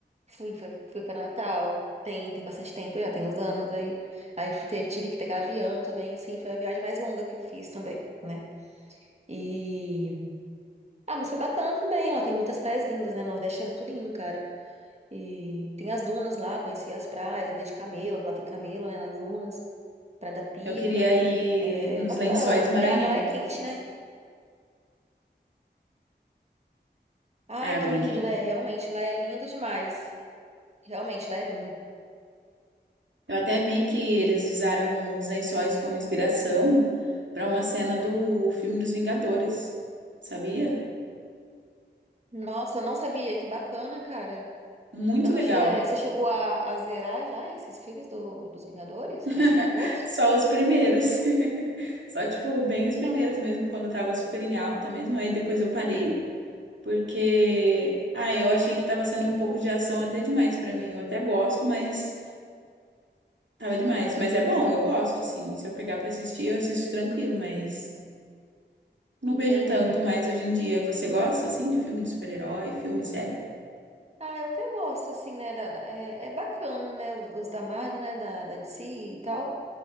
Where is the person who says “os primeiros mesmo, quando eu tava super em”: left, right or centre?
Right